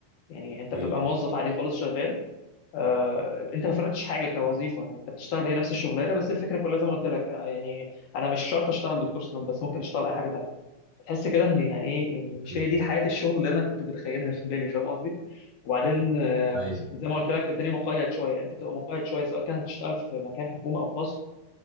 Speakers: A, on the left; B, on the right.
A: يعني انت
B: اوكي
A: بتبقى موظف عادي خالص شغال آه، انت ما فرقتش حاجه كوظيفه يعني انت بتشتغل هي نفس الشغلانه بس الفكره كلها زي ما قلت لك آه، يعني انا مش شرط اشتغل دكتور سنان بس ممكن اشتغل اي حاجه تانيه تحس كده ان يعني ايه إن
B: اوكي
A: مش هي دي حياه الشغل اللي انا كنت متخيلها في بالي فاهم قصدي وبعدين آه،
B: ايوه
A: زي ما قلت لك الدنيا مقيد شويه انت بتبقى مقيد شويه سواء كان هتشتغل في مكان حكومه او خاص